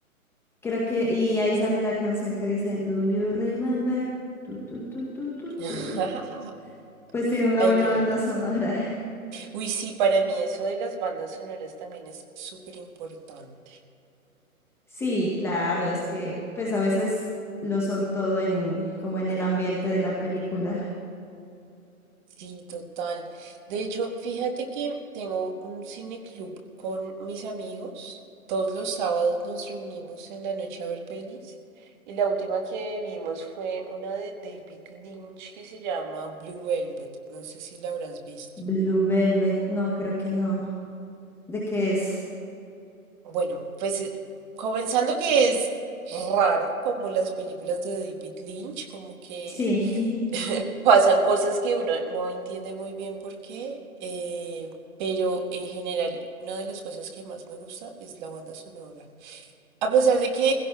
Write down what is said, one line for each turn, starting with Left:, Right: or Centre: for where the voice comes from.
Centre: creo que, y ahí sale la canción que dice, Do you remember? Tu, tu, tu, tu, tu,
Right: <laughs>
Centre: tu". Pues tiene una
Right: Hay
Centre: buena
Right: que
Centre: banda
Right: verla.
Centre: sonora.
Right: Uy, sí, para mí eso de las bandas sonoras también es súper importante.
Centre: Sí, claro, es que pues a veces lo son todo en como en el ambiente de la película.
Right: Sí, total. De hecho, fíjate que tengo un cine club con mis amigos. Todos los sábados nos reunimos en la noche a ver pelis. Y la última que vimos fue una de David Lynch que se llama Blue Velvet. No sé si la habrás visto.
Centre: Blue Velvet, no, creo que no. ¿De qué es?
Right: Bueno, pues eh, comenzando que es rara como las películas de David Lynch, como que
Centre: Sí. <laughs>
Right: <laughs> pasan cosas que uno no entiende muy bien por qué, eh, pero en general una de las cosas que más me gusta es la banda sonora. A pesar de que